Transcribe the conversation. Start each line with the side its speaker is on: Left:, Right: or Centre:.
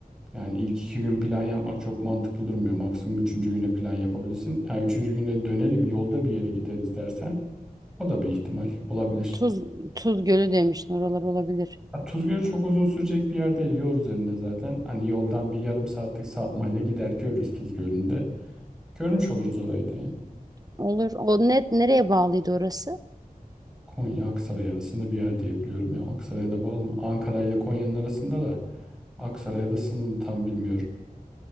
Centre: yani ilk iki gün plan yapmak çok mantıklı durmuyor. Maksimum üçüncü güne plan yapabilirsin. Ha, üçüncü günde dönelim yolda bir yere gideriz dersen o da bir ihtimal olabilir.
Right: Tuz, Tuz Gölü demiştin. Oralar olabilir.
Centre: Ha, Tuzgöl çok uzun sürecek bir yer değil. Yol üzerinde zaten. Hani yoldan bir yarım saatlik sapmayla gider görürüz Tuzgöl'ünde. Görmüş oluruz orayı da yani.
Right: Olur. O net nereye bağlıydı orası?
Centre: Konya Aksaray arasında bir yer diye biliyorum ya. Aksaray'a da bağlı mı? Ankara ile Konya'nın arasında da Aksaray'a da sınır mı tam bilmiyorum.